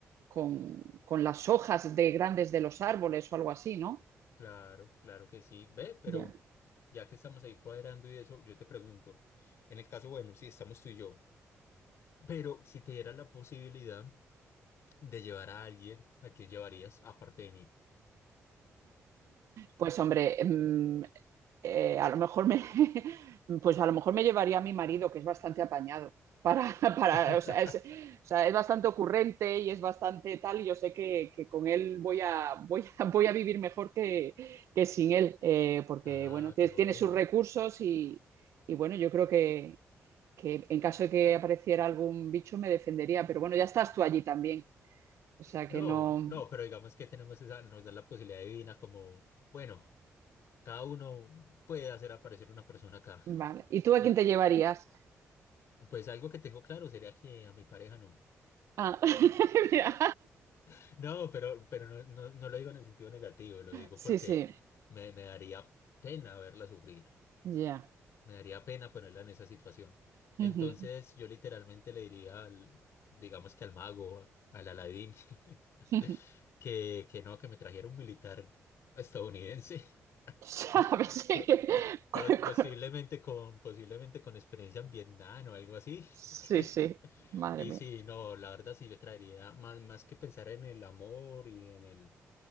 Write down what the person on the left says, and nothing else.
Claro, claro que sí. Ve, pero
ya que estamos ahí cuadrando y eso, yo te pregunto, en el caso, bueno, si estamos tú y yo. Pero si te dieras la posibilidad de llevar a alguien, ¿a quién llevarías aparte de mí?
<laughs>
Ah,
qué
bueno.
No,
no, pero digamos que tenemos esa, nos da la posibilidad divina como, bueno, cada uno puede hacer aparecer una persona acá.
Eh,
Pues algo que tengo claro sería que a mi pareja no.
<laughs> No, pero, pero no, no, no lo digo en el sentido negativo, lo digo
porque
me, me daría pena verla sufrir.
Me daría pena ponerla en esa situación.
Entonces yo literalmente le diría al, digamos que al mago, al Aladín, <laughs>
que, que no, que me trajera un militar estadounidense,
<laughs>
po- po- po-
posiblemente
con, posiblemente con experiencia en Vietnam o algo así.
<laughs>
Y
sí, no, la verdad sí, yo traería, más, más que pensar en el amor y en el,